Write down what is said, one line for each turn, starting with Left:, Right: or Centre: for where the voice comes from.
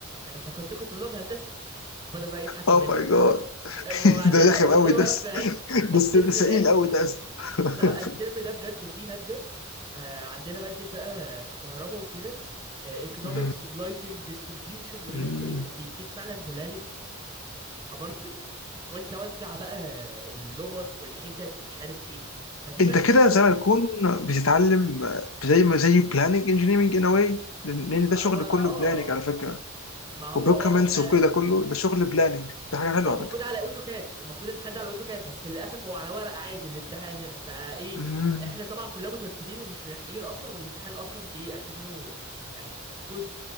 Right: انا افتكرتكم طلاب هندسه فضل بقى يضحك
Left: اوه
Right: وماشي
Left: ماي جاد
Right: وبعدها
Left: <laughs> ده رخم
Right: والله
Left: قوي ده
Right: وقف
Left: س-
Right: فهد الترم
Left: ده س- ده سئيل
Right: ده
Left: قوي ده أصلاً. <laughs>
Right: لا الترم ده بجد فيه ماده آه عندنا مادة بقى في كهرباء وكده ايكونومكس
Left: مم.
Right: ولايتنج ديستريبيوشن واللي
Left: مم.
Right: انت ايه بيديك فعلا بلانة ابارتمنت وانت وزع بقى اللمط في الحتت ومش عارف ايه فدي
Left: انت
Right: مادة
Left: كده زي ما يكون بتتعلم زي ما زي بلاننج انجينيرنج ان واي لان
Right: هو
Left: ده شغل
Right: اه
Left: كله بلاننج على فكره
Right: ما هو
Left: وبروكيومنتس
Right: اه فعلا
Left: وكل ده كله ده شغل بلاننج ده حاجه حلوه
Right: هو المفروض
Left: على فكره
Right: على اوتوكاد المفروض الامتحان ده على اوتوكاد بس للاسف هو على ورق عادي الامتحان هنا فايه
Left: مم.
Right: احنا طبعا كلنا متوترين ومش ملاحقين اصلا والامتحان اصلا ايه اكنه يعني جزء